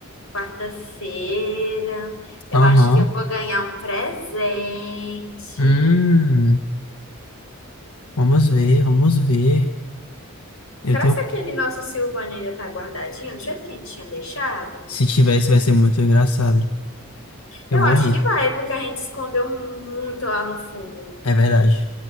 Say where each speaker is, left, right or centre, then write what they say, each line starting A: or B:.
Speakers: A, on the left; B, on the left.
A: Quarta-feira, eu
B: Aham.
A: acho que eu vou ganhar um presente.
B: Hum, vamos ver, vamos ver. Eu
A: Será
B: tenho.
A: que aquele nosso Silvano ainda tá guardadinho, do jeito que a gente tinha deixado?
B: Se tivesse, vai ser muito engraçado. Eu
A: Eu
B: vou
A: acho
B: rir.
A: que vai, porque a gente escondeu muito lá no fundo.
B: É verdade.